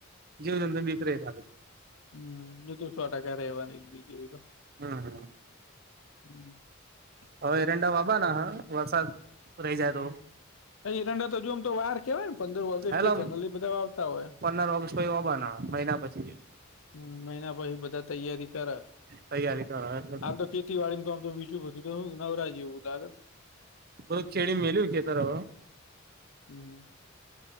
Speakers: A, on the right (about 45°); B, on the left (about 70°).
A: જીવ જંતુ બીક રે ખાલી
B: હમ એ તો સો ટકા રહેવાની બીક એ બી તો
A: હમ હમ
B: હમ
A: હ એરંડા વાવા ના વરસાદ રહી જાય તો.
B: ભ એરંડા તો જો આમ તો વાર કેવાય ને પંદર ઓગસ્ટ
A: એટલે
B: પે જનલી બધા વાવતા હોય.
A: પંદર ઓગસ્ટ પછી વાબાના મહિના પછી
B: હમ મહિના પછી બધા તૈયારી કરા
A: તૈયારી કર એટ
B: હાલ તો ખેતીવાડી કોમ તો બીજું બધું તો નવરા જેવુ તારે
A: બ ખ ખેડી મેલી ખેતર વાવા
B: હમ